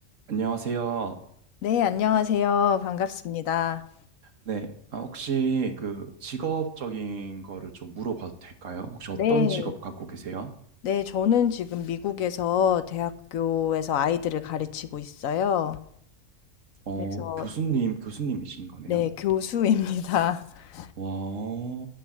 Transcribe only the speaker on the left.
네, 안녕하세요. 반갑습니다.
네,
네, 저는 지금 미국에서 대학교에서 아이들을 가르치고 있어요.
그래서,
네, 교수입니다. <laughs>